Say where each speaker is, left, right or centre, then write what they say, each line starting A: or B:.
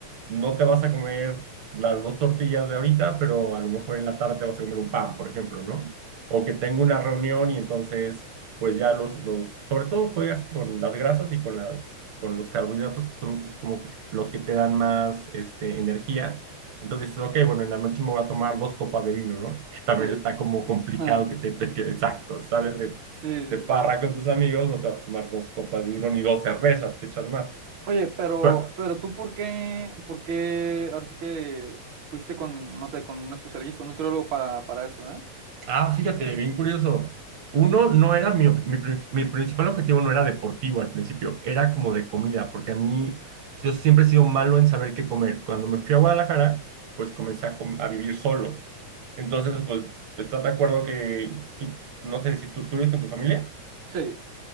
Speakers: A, on the right; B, on the right.
A: no te vas a comer las dos tortillas de ahorita, pero a lo mejor en la tarde te vas a comer un pan, por ejemplo, ¿no? O que tengo una reunión y entonces, pues ya los, los, sobre todo juegas con las grasas y con las, con los carbohidratos que son como que los que te dan más, este, energía. Entonces dices, ok, bueno, en la noche me voy a tomar dos copas de vino, ¿no? Que también
B: sí.
A: está como complicado
B: <laughs>
A: que te, te que- exacto, sales de,
B: Sí, sí,
A: de farra
B: sí.
A: con tus amigos, no te vas a tomar dos copas de vino ni dos cervezas, te echas más.
B: Oye, pero,
A: Pa-
B: pero tú por qué, por qué ahora sí que fuiste con, no sé, con un especialista, un nutriólogo para, para eso, ¿eh?
A: Ah, fíjate, bien curioso. Uno no era mi, ob- mi, prin- mi principal objetivo no era deportivo al principio, era como de comida, porque a mí yo siempre he sido malo en saber qué comer. Cuando me fui a Guadalajara, pues comencé a, com- a vivir solo. Entonces, pues, ¿estás de acuerdo que tú, no sé si tú, tú vives con tu familia?
B: Sí,